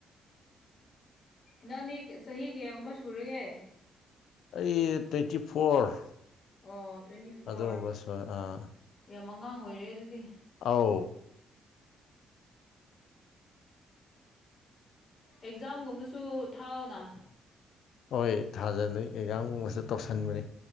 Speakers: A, on the left (about 50°); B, on the left (about 75°).
A: ꯅꯪꯗꯤ ꯆꯍꯤ ꯀꯌꯥꯒꯨꯝꯕ ꯁꯨꯔꯒꯦ
B: ꯑꯩ ꯇ꯭ꯋꯦꯟꯇꯤ ꯐꯣꯔ
A: ꯑꯣ ꯇ꯭ꯋꯦꯟꯇꯤ ꯐꯣꯔ
B: ꯑꯗꯨꯒꯨꯝꯕꯁꯨ ꯑꯥ
A: ꯌꯥꯝ ꯑꯉꯥꯡ ꯑꯣꯏꯔꯦ ꯑꯗꯨꯗꯤ
B: ꯑꯧ
A: ꯑꯦꯛꯖꯥꯝꯒꯨꯝꯕꯁꯨ ꯊꯥꯎꯑꯣꯅ
B: ꯍꯣꯏ ꯊꯥꯖꯟꯗꯩ ꯑꯦꯛꯖꯥꯡꯒꯨꯝꯕꯁꯨ ꯇꯧꯁꯟꯕꯅꯤ